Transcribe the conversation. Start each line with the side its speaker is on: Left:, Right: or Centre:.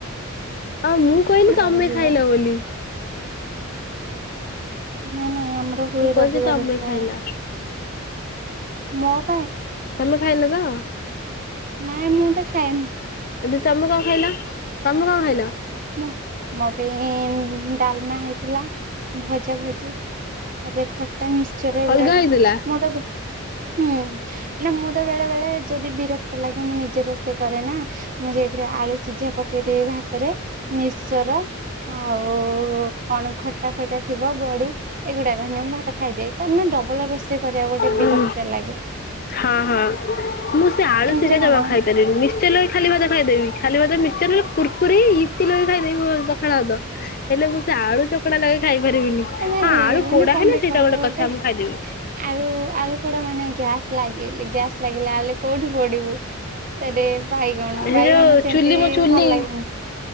Left: ଆଉ ମୁଁ କହିଲି,
Right: ରବିବାରେ
Left: ତମେ
Right: ହୁଏ
Left: ଖାଇଲ ବୋଲି।
Right: ନା ନା ଆମର ହୁଏ
Left: ମୁଁ କହୁଛି
Right: ରବିବାର
Left: ତମେ
Right: ପ୍ରାଏ।
Left: ଖାଇଲ।
Right: ହଁ
Left: ତମେ ଖାଇନ ତ? ହଁ
Right: ନାଇଁ ମୁଁ ତ ଖାଏନି
Left: <unintelligible> ତମେ କଣ ଖାଇଲ ତମ କଣ ଖାଇଲ ହେଲୋ
Right: ମୁଁ ମୋ ପାଇଁ ଡାଲମା ହେଇଥିଲା ଭଜା ଭଜି ତାପରେ ଖଟା ମିକ୍ସଚର ଏଗୁଡାକ
Left: ଅଲଗା ହେଇଥିଲା।
Right: ମୁଁ ତ ହୁଁ ହେଲେ ମୁଁ ତ ବେଳେବେଳେ ଯଦି ବିରକ୍ତ ଲାଗେ ମୁଁ ନିଜେ ରୋଷେଇ କରେ ନା ମୁଁ ସେଥିରେ ଆଳୁ ସିଝା ପକେଇଦେବି ଭା - ତରେ ନିଶ୍ଚର ଆଉ କଣ ଖଟା ଫଟା ଥିବ ବଡି ଏଗୁଡାକ ମୁଁ ଭାତ ଖାଇଦେ କାରଣ ଡବଲ ରୋଷେଇ କରିବାକୁ ଗୋଟେ
Left: ହୁଁ
Right: ବିରକ୍ତିଆ ଲାଗେ।
Left: ହଁ ହଁ ମୁଁ ସେ ଆଳୁ
Right: ଏମିତିରେ
Left: ସିଝା ଜମା
Right: କଣ
Left: ଖାଇପାରିନି ମିଶ୍ଚଚ ଲଗେଇ ଖାଲି ଭାତ ଖାଇଦେବି। ଖାଲି ଭାତ ମଶ୍ଚର ନହେଲେ କୁରକୁରି ଇପି ଲଗେଇ ଖାଇଦେବୁ <unintelligible> ଖାଳ ଭାତ ହେଲେ ମୁଁ ସେ ଆଳୁ ଚକଡ଼ା ଲଗେଇ ଖାଇ ପାରିବିନି।
Right: ନାଇଁ
Left: ହଁ ଆଳୁ
Right: ମାନେ
Left: ପୋଡା
Right: କଣଦେ
Left: ହେଲେ ସେଇଟା
Right: କହିଲ ଗୋଟେ
Left: କଥା ମୁଁ ଖାଇଦେବି।
Right: ଆଳୁ ଆଳୁ ପୋଡା ମାନେ ଗ୍ୟାସ୍ ଲାଗେ ଗ୍ୟାସ୍ ଲାଗିଲି ଆଲୁ କୋଉଠି ପଡିବୁ ସେଠି ବାଇଗଣ
Left: ଏ
Right: ବାଇଗଣ
Left: ଯୋଉ
Right: ସେମିତି
Left: ଚୁଲି ମୋ ଚୁଲି
Right: ଭଲ ଲାଗେନି।